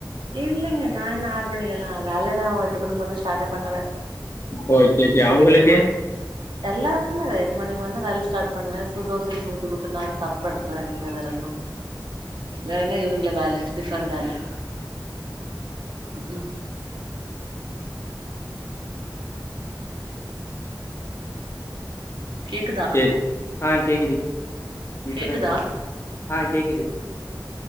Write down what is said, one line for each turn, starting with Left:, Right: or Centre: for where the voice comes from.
Right: இல்லேங்க நா ஆறு மணிக்கெல்லா வேலை நா எட்டு மணிக்கு மேல ஸ்டார்ட்டே பண்ணுவே
Left: ஓ ஓகே ஓகே அவங்களுக்கு
Right: எட்டு ம எல்லாருக்குமே எட்டு மணிக்கு மேலதா வேலா ஸார்ட் பண்ணுவே சு தேச ஊத்தி கொடுத்து நானு சாப்டு படுத்துருவே நீட்டா வேற என்ன வேறனா இவனுங்க வேலா டிபன் தானா ம் கேக்குதா
Left: கேக் ஆஹ கேக்குது இப்பத
Right: கேக்குதா
Left: கே ஆஹ கேக்குது